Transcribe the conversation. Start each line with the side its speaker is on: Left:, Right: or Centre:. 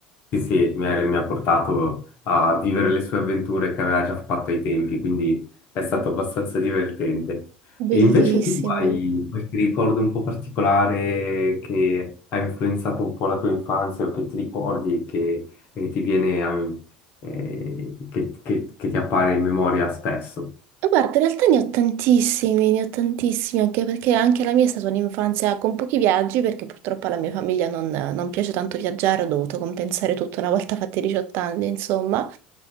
Left: Sì, sì, mi ha, mi ha portato a vivere le sue avventure che aveva già fatto ai tempi, quindi è stato abbastanza divertente.
Right: Bellissimo.
Left: E invece tu hai qualche ricordo un po' particolare che ha influenzato un po' la tua infanzia o che ti ricordi e che, e ti viene a- eh, che, che- che ti appare in memoria spesso?
Right: Eh, Guarda, in realtà ne ho tantissimi, ne ho tantissimi, anche perché anche la mia è stata un'infanzia con pochi viaggi, perché purtroppo alla mia famiglia non, non piace tanto viaggiare, ho dovuto compensare tutto una volta fatti i 18 anni, insomma.